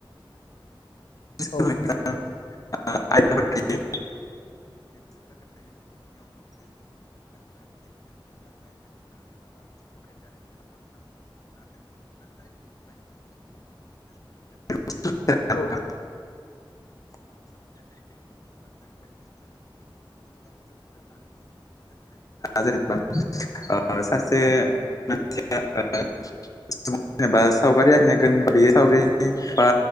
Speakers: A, on the left (about 40°); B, on the left (about 90°).
A: मोनसे सोलोंथाया
B: औ औ
A: ओ आयदाफोर थायो <unintelligible>
B: औ
A: <unintelligible> <unintelligible> <unintelligible> <unintelligible> जेनेबा ओ सासे <unintelligible> जेनबा सावगारि आखिनाय बा